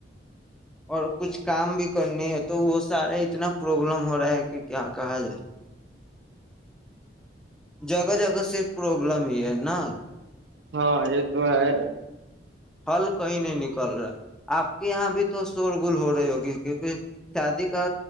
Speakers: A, in the centre; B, on the right.
A: اور کچھ کام بھی کرنی ہے تو وہ سارا اتنا پرابلم ہو رہا ہے کہ کیا کہا جائے جگہ جگہ صرف پرابلم ہی ہے نا
B: ہاں یہ تو ہے
A: ہل کہیں نہیں نکل رہا آپ کے یہاں بھی تو شور گول ہو رہی ہوگی کیونکہ شادی کا